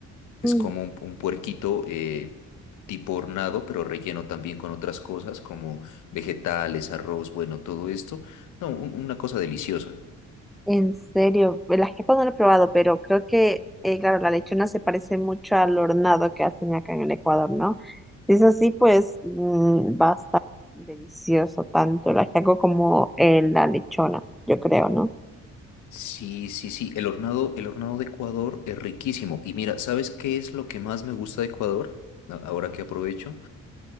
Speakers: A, on the left (about 80°); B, in the centre.
A: Es
B: Mm,
A: como un, un puerquito eh, tipo hornado, pero relleno también con otras cosas como vegetales, arroz, bueno, todo esto. No, un- una cosa deliciosa.
B: En serio, la jefa no la he probado, pero creo que, eh, claro, la lechona se parece mucho al hornado que hacen acá en el Ecuador, ¿no? Si es así, pues mm, va a estar delicioso tanto el ajiaco como eh, la lechona, yo creo, ¿no?
A: Sí, sí, sí, el hornado, el hornado de Ecuador es riquísimo. Y mira, ¿sabes qué es lo que más me gusta de Ecuador? A- Ahora que aprovecho,